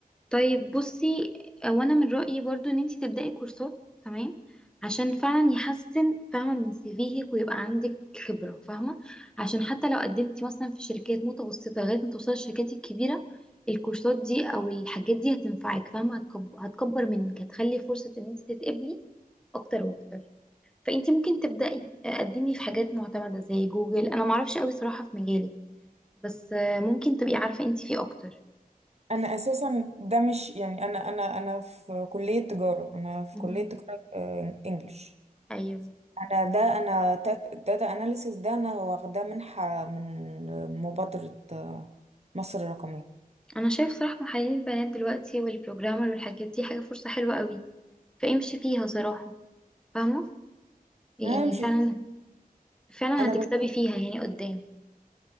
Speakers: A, in the centre; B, on the right.
A: طيب بصي هو انا من رأيي برضو ان انتي تبدأي كورسات تمام عشان فعلا يحسن فاهمة من سيفيهك ويبقى عندك خبرة فاهمة عشان حتى لو قدمتي مثلا في شركات متوسطة لغاية ما توصلي الشركات الكبيرة الكورسات دي او الحاجات دي هتنفعك فاهمة هتكب- هتكبر منك هتخلي فرصة ان انتي تتقبلي اكتر واكتر فانتي ممكن تبدأي آه، قدمي في حاجات معتمدة زي جوجل انا معرفش قوي صراحة في مجالك بس آه، ممكن تبقي عارفة انتي فيه اكتر
B: انا اساسا ده مش يعني انا انا انا في كليه تجاره انا في
A: مهم.
B: كليه تجاره آه، انجلش
A: ايوه
B: انا ده انا داتا اناليسيس ده انا واخداه منحه من مبادره آه، مصر الرقميه
A: انا شايف صراحة محللين البيانات دلوقتي والبروجرامر والحاجات دي حاجة فرصة حلوة قوي فامشي فيها صراحة فاهمة يعني
B: انا مش
A: فعلا فعلا
B: انا
A: هتكسبي
B: ب...
A: فيها يعني قدام